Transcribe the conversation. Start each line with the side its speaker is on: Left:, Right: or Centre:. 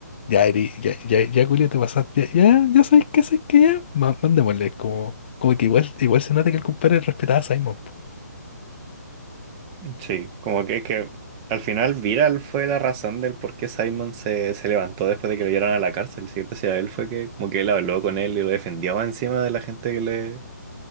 Left: ya, Eri, ya, ya, ya, Julio, te pasaste, ya, ya, ya sabes que, sabes que ya, ma- mandémosle, como, como que igual, igual se nota que el compadre respetaba a Simon, po.
Right: sí. Como que es que al final Viral fue la razón del por qué Simon se, se levantó después de que lo llevaron a la cárcel, ¿sí? Gracias a él fue que como que él habló con él y lo defendió encima de la gente que le,